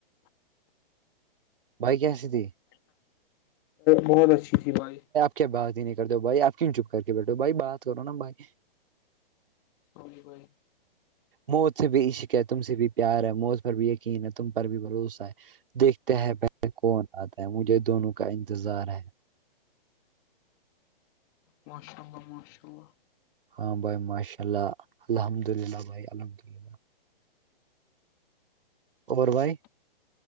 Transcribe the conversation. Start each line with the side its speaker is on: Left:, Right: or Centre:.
Right: بھائی کیسی تھی
Left: بہت اچھی تھی بھائی <unintelligible>
Right: کیا بات ہی نہیں کرتے ہو بھائی آپ کیوں چپ کر کے بیٹھو بھائی بات کرو نا بھائی
Left: ہوی بئی <unintelligible> <unintelligible>
Right: موت سے بھی عشق ہے تم سے بھی پیار ہے موت پر بھی یقین ہے تم پر بھی بھروسہ ہے دیکھ تہ بہ کون آتا ہے مجھے دونوں کا انتظار ہے
Left: ماشاء اللہ ماشاء اللہ
Right: ہاں بھائی ماشاء اللہ الحمد للہ بھائی الحمد للہ اور بھائی